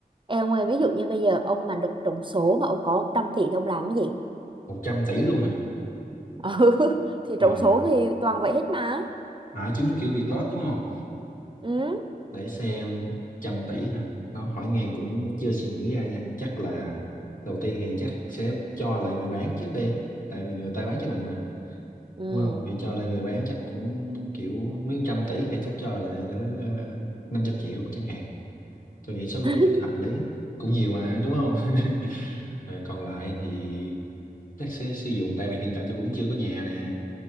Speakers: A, on the right (about 30°); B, on the left (about 60°).
A: Em ơi, ví dụ như bây giờ ông mà được trúng số mà ông có 100 tỷ thì ông làm cái gì?
B: một trăm tỷ luôn hả?
A: <laughs> Ừ, thì
B: Ờ,
A: trúng số thì toàn vậy hết mà.
B: à, chúng kiểu Việt lót đúng không?
A: Ừ.
B: Để xem trăm tỷ hả? Nó hỏi ngang cũng chưa suy nghĩ ra nha. Chắc là đầu tiên thì chắc sẽ cho lại người bán trước đi. Tại vì người ta bán cho mình mà.
A: Ừ.
B: Đúng không? Thì cho lại người bán chắc cũng kiểu mấy trăm tỷ thì chắc cho lại cỡ ờ, 500 triệu chẳng hạn. Tôi nghĩ số
A: <laughs>
B: đó chắc hợp lý. Cũng nhiều mà đúng không? <laughs> Rồi còn lại thì chắc sẽ sử dụng tại vì hiện tại tôi cũng chưa có nhà nè